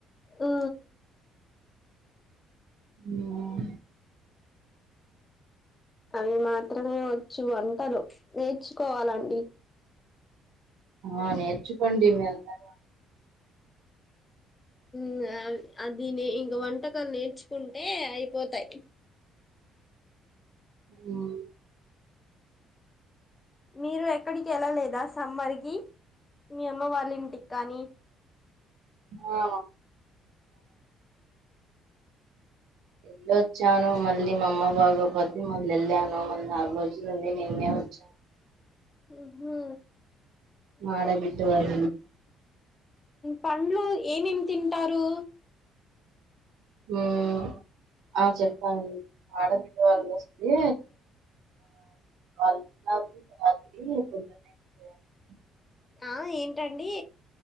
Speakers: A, on the left; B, on the right.
A: ఉ
B: ఉమ్,
A: అవి మాత్రమే వచ్చు వంటలు నేర్చుకోవాలండి
B: ఆ నేర్చుకోండి <unintelligible>
A: మ్ అ అది న ఇంక వంటకాలు నేర్చుకుంటే అయిపోతాయి
B: మ్
A: మీరు ఎక్కడికి వెళ్ళలేదా సమ్మర్ కి మీ అమమ్మ వాళ్ళ ఇంటికి కానీ
B: ఆ వెళ్ళొచ్చాను, మళ్ళీ మా అమ్మ బాగోపోతే మళ్ళీ వెళ్ళాను మళ్ళీ నాలుగు రోజులుండి నిన్నే వచ్చాను.
A: అబ్బో
B: ఆడబిడ్డ వం
A: పండ్లు ఏం ఏం తిం టారు
B: మ్ ఆ చెప్పాను ఆడబిడ్డ వాళ్ళు వస్తే వాళ్ళు రాత్రి పు <unintelligible>
A: ఆ ఏంటండి